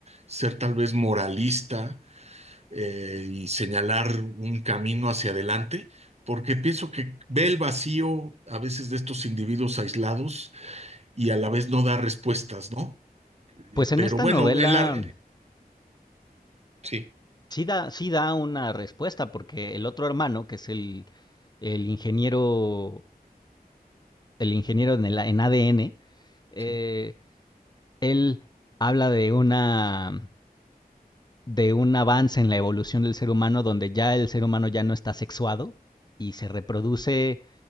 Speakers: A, on the right (about 40°); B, on the left (about 25°).
A: ser tal vez moralista eh, y señalar un camino hacia adelante, porque pienso que ve el vacío a veces de estos individuos aislados y a la vez no da respuestas, ¿no? Eh,
B: Pues en
A: pero
B: esta
A: bueno,
B: novela
A: en la... Sí,
B: sí da, sí da una respuesta porque el otro hermano, que es el, el ingeniero, el ingeniero en, el, en ADN, eh,
A: sí.
B: él habla de una de un avance en la evolución del ser humano donde ya el ser humano ya no está sexuado y se reproduce